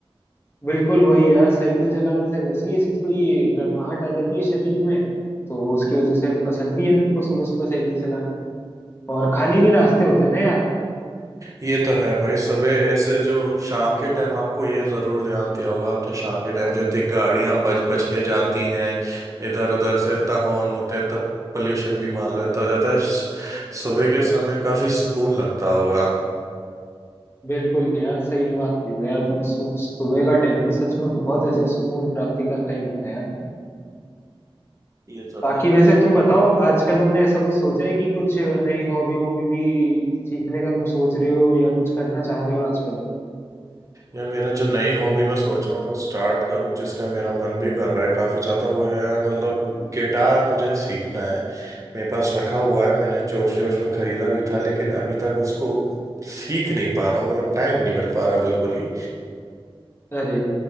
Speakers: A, on the left; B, on the right.
A: बिल्कुल वही यार साइकिल चलाने से वैसे ही ऐसी थोड़ी गर्माहट आ जाती है शरीर में तो उसकी वजह से पसंद भी है मेरे को सुबह सुबह साइकिल चलाना और खाली भी रास्ते होते हैं ना यार
B: ये तो है भाई सुबह ऐसे जो शाम के टाइम आपको ये जरूर ध्यान दिया होगा आपने शाम के टाइम जो इतनी गाड़ियां बज बज के जाती हैं इधर उधर से इतना हॉर्न होते तब पोल्यूशन भी मान लो इतना हो जाता है स- सुबह के समय काफी सुकून लगता होगा
A: बिल्कुल यार सही बात बोल रहे हो यार तुम्हें सु- सुबह का टाइम ना सच में बहुत ऐसे सुकून प्राप्ति का टाइम होता है यार
B: ये तो
A: बाकी
B: है
A: वैसे तुम बताओ आजकल तुमने ऐसा कुछ सोचा है कि कुछ नई हॉबी वॉबी भी सीखने का तुम सोच रहे हो या कुछ करना चाह रहे हो आजकल
B: या मेरा जो नई हॉबी मैं सोचा हूँ स्टार्ट करूँ जिसका मेरा मन भी कर रहा है काफ़ी ज़्यादा वो है मतलब गिटार मुझे सीखना है मेरे पास रखा हुआ है मैंने जोश जोश में खरीदा भी था लेकिन अभी तक उसको सीख नहीं पा रहा हूँ मतलब टाइम नहीं मिल पा रहा बिल्कुल ही
A: अरे